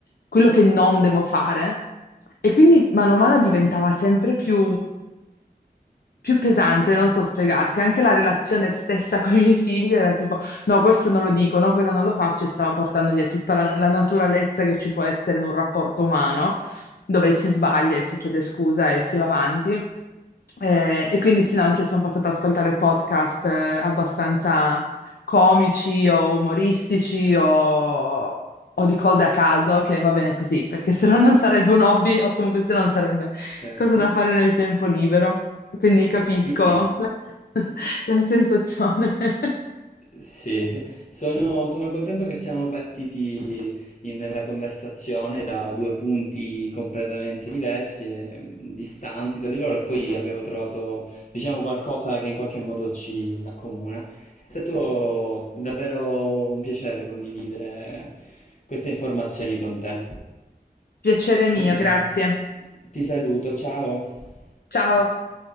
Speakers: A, on the left (about 70°); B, on the left (about 50°).
A: quello che non devo fare. E quindi mano a mano diventava sempre più, più pesante, non so spiegarti. Anche la relazione stessa <laughs> con i miei figli era tipo, no, questo non lo dico, no, quello non lo faccio, e stava portando via tutta la, la naturalezza che ci può essere in un rapporto umano dove si sbaglia e si chiede scusa e si va avanti. Eh, e quindi sì, no, anche io sono passata ad ascoltare podcast eh, abbastanza comici o umoristici o, o di cose a caso, che va bene così, perché se no non sarebbe un hobby o comunque se no non sarebbe
B: Certo.
A: cosa da fare nel tempo libero. Quindi capisco
B: Sì, sì.
A: <laughs> la la sensazione. <laughs>
B: Sì, sono, sono contento che siamo partiti in- nella conversazione da due punti completamente diversi, e distanti tra di loro, e poi abbiamo trovato, diciamo, qualcosa che in qualche modo ci accomuna. È stato davvero un piacere condividere queste informazioni con te.
A: Piacere
B: Quindi
A: mio, grazie.
B: ti saluto, ciao.
A: Ciao.